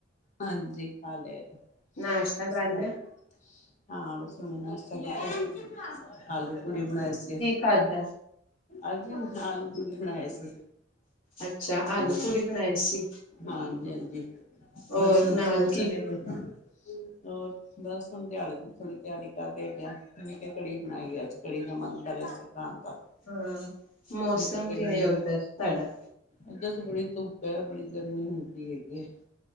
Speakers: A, on the left; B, on the left.
A: ਹਾਂਜੀ ਖਾ ਲੇਆ ਹੈਗਾ।
B: ਨਾਸ਼ਤਾ
A: ਤੁਸੀ
B: ਕਰ
A: ਖਾ
B: ਲਿਆ
A: ਲੇਆ? ਹਾਂ ਬਸ ਹੁਨ ਆਸਤੇ <unintelligible> ਆਲੂ ਪੂੜੀ ਬਣਾਏ ਸੀ।
B: ਖਾਦੈ।
A: ਅੱਜ ਮੈਂ ਆਲੂ ਪੁੜੀ ਬਣਾਏ ਸੀ।
B: ਅੱਛਾ ਆਲੂ
A: ਹੂੰ।
B: ਪੂੜੀ ਬਣਾਈ ਸੀ
A: ਹਾਂਜੀ-ਹਾਂਜੀ
B: ਹੋਰ
A: ਬਸ ਹੁਣ
B: ਨਾਲ
A: ਸੋਚ
B: ਕੀ
A: ਰਏ ਕ ਹੋਰ ਬਸ ਹੁਣ ਦਿਆੜੇ ਦੀ ਥੋੜੀ ਤਿਆਰੀ ਦੇਖਦੇ ਆਂ ਕੇ ਕੜੀ ਬਣਾਈ ਐ ਅੱਜ, ਕੜੀ ਦਾ ਮੰਨ ਕਰ ਰਿਆ ਸੀ। ਖਾਣ ਦਾ
B: ਹੂੰ, ਮੌਸਮ
A: ਮੈਂ ਕਿਹਾ ਕੜੀ
B: ਕਿਵੇਂ
A: ਬਣਾ
B: ਐ ਓਧਰ ਤਾਡਾ?
A: ਏਧਰ ਤੇ ਬੜੀ ਧੁੱਪ ਐ, ਬੜੀ ਗਰਮੀ ਹੁੰਦੀ ਹੈਗੀ ਏ।